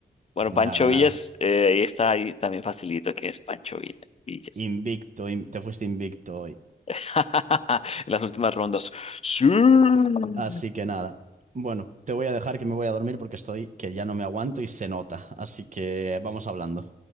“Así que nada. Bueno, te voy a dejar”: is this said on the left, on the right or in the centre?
Right